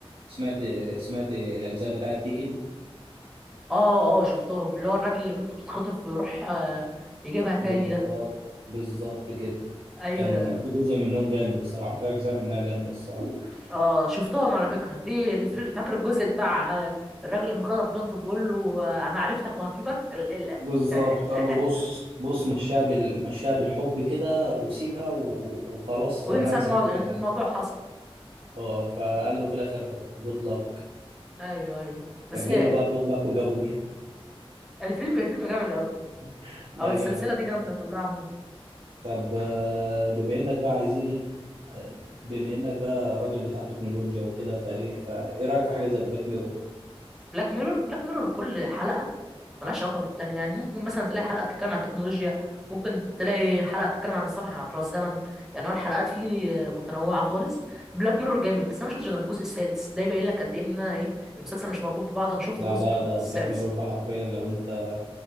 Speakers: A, on the right; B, in the centre.
A: سمعت سمعت الاجزاء بتاعه تيكن
B: اه اه شفتهم اللي هو الراجل اللي بنته بتتخطف ويروح آه، يجيبها تاني
A: بالظبط
B: ده
A: بالظبط كده
B: ايوه
A: كان
B: ايوه
A: كان في جزء منهم جامد الصراحه في اجزاء منها جامده الصراحه
B: اه شفتهم على فكرة في الف- فاكر الجزء بتاع آه، الراجل لما خطف بنته بيقول له آه، انا عرفتك وهجيبك ال- ال- آه،
A: بالظبط
B: آه،
A: قال
B: آه،
A: له بص بص مشاها بال... مشاها بالحب كده وسيبها و... وخلاص
B: وينسى
A: هنسى
B: المو-
A: كل
B: الموضوع
A: حاجه
B: حصل
A: اه فقال له في الاخر جود لك
B: ايوه ايوه بس
A: سجل
B: آه،
A: له بقى جود لك وجابوا بيها
B: الفيلم الفيلم جامد قوي
A: <laughs> لا
B: او السلسلة
A: جامد
B: دي جامدة كلها عموما
A: طب آه، بما انك بقى عايزين ايه آه، بما انك بقى راجل بتاع تكنولوجيا وكده فايه فايه رايك في حاجه زي بلاك ميرور
B: بلاك ميرور بلاك ميرور كل حلقة ملهاش علاقة بالتانية يعني ممكن مثلا تلاقي حلقة بتتكلم عن التكنولوجيا ممكن تلاقي حلقة بتتكلم عن السفر عبر الزمن يعني هو الحلقات فيه متنوعة خالص بلاك ميرور جامد بس أنا ما شفتش غير الجزء السادس ده يبين لك قد إيه إن أنا إيه المسلسل مش مربوط ببعضه أنا شفت
A: لا
B: جزء
A: لا
B: من
A: ده
B: السادس
A: بلاك ميرور ده حرفيا لو انت